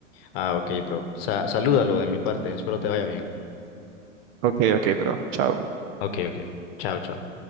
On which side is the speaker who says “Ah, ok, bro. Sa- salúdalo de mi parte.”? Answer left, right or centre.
Left